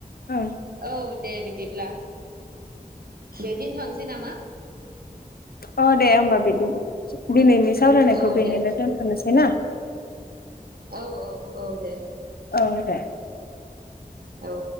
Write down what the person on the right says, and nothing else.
औ दे बिदिब्ला दे दोनथ'नोसै नामा
औ
दे
औ औ औ दे
औ